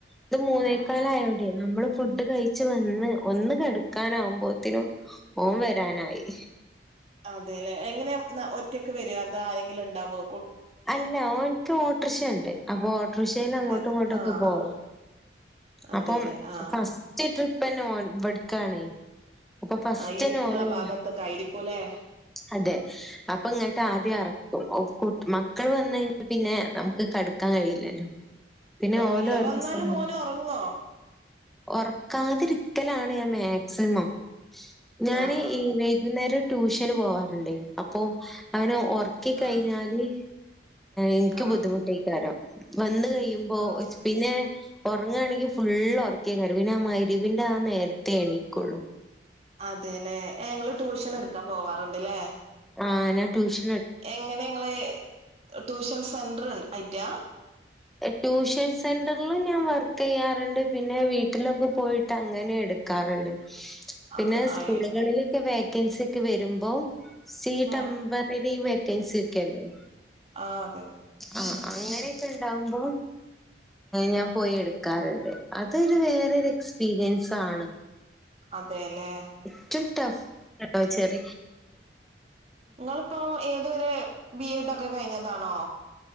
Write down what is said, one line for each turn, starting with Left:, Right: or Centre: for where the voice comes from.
Centre: ഇത് മൂന്നേക്കാലയോണ്ടേ
Right: അതെ
Centre: നമ്മള് ഫുഡ് കഴിച്ച് വന്ന് ഒന്ന് കടുക്കാനാവുമ്പോത്തിനും ഓൻ വര് രാനായി
Right: അതെല്ലെ എങ്ങനെ ഒറ്റക്ക് വരോ അതോ ആരെങ്കിലുണ്ടാവോ
Centre: അല്ല ഓൻക്ക് ഓട്ടറക്ഷണ്ട് അപ്പൊ ഓട്ടോറിഷേ അങ്ങോട്ടും
Right: അത്
Centre: ഇങ്ങോട്ടുക്കെ
Right: ആഹ്
Centre: പോകല്
Right: അതെല്ലെ
Centre: അപ്പം
Right: ആഹ്
Centre: ഫസ്റ്റ് ട്രിപ്പ് പ്പെന്നെ ഓൻ ഇവട്ക്കാണെ അപ്പൊ ഫസ്റ്റ്ന്നെ
Right: ഈ ഇങ്ങളെ
Centre: ഓനു
Right: ഭാഗത്തൊക്കെ ആയിരിക്കുംല്ലേ
Centre: അതെ അപ്പൊ ങ്ങട്ട്
Right: ആഹ്
Centre: ആദ്യം എറ്ക്കും മക്കൾ വന്ന് കഴിഞ്ഞാൽ പിന്നെ നമ്മക്ക് കട്‌ക്കാൻ കഴുല്ലല്ലോ പിന്നെ
Right: ഓഹ്
Centre: ഓലെ
Right: ഇല്ല
Centre: <unintelligible>
Right: വന്നാലും മോന് ഒറങ്ങോ
Centre: ഉറക്കാതിരിക്കലാണ് ഞാൻ മാക്സിമം ഞാൻ
Right: ആഹ്
Centre: ഈ വൈകുന്നേരം ട്യൂഷന് പോവാറുണ്ടേ അപ്പൊ അവനാ ഉറക്കി കയിഞ്ഞാല്
Right: ആഹ്
Centre: എനിക്ക്
Right: ആഹ്
Centre: ബുദ്ധിമുട്ടായികാരം വന്ന് കഴിയുമ്പോ
Right: അത്
Centre: പിന്നെ ഉറങ്ങാണെകിൽ ഫുള്ള് ഒറക്ക്യേകാരും പിന്നാ ആഹ് മഗ്‌രിബിന്റെ ആ നേരത്തെ എണീക്കുള്ളു
Right: അതെല്ലേ ഏഹ് ഇങ്ങള് ട്യൂഷൻ എടുക്കാൻ പോവാറുണ്ട്ല്ലേ
Centre: ആഹ് ഞാൻ ട്യൂഷ്
Right: എങ്ങനെ ഇങ്ങള് ട്യൂഷൻ സെന്റ്റ് ഐറ്റാ
Centre: ട്യൂഷൻ സെന്ററിലും ഞാൻ വർക്കേയ്യാറുണ്ട് പിന്നെ വീട്ടിലൊക്കെ പോയിട്ട് അങ്ങനെ എടുക്കാറുണ്ട് പിന്നെ
Right: അത് ആഹ്
Centre: സ്കൂളുകളിലൊക്കെ വേക്കൻസി ഒക്കെ വരുമ്പോ സീ ടെമ്പറാറി
Right: ആഹ്
Centre: വേക്കൻസി ഒക്കെല്ലേ
Right: ആഹ് അതെ അതെ
Centre: ആഹ് അങ്ങനെയൊക്കെ ഉണ്ടാവുമ്പോ ഞാൻ പോയി എടുക്കാറുണ്ട് തൊരു വേറൊരു എക്സ്പീരിയൻസ് ആണ്
Right: അതെല്ലേ
Centre: ഏറ്റവും ടഫ് ചെറി
Right: ഇങ്ങളിപ്പം ഏത് വരെ ബി എഡോക്കെ കഴിഞ്ഞതാണോ